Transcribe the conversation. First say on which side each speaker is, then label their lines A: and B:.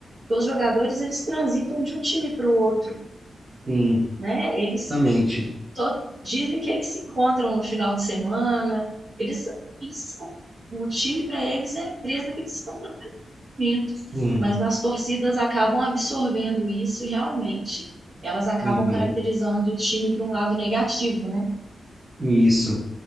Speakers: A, on the right; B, on the right.
A: Porque os jogadores eles transitam de um time para o outro,
B: Sim,
A: né? Eles
B: exatamente.
A: se to- dizem que eles se encontram no final de semana. Eles, eles são- o time para eles é a empresa que eles estão trabalhando.
B: Sim.
A: Mas as torcidas acabam absorvendo isso e realmente elas acabam
B: Uhum,
A: caracterizando o time para um lado negativo, né?
B: isso.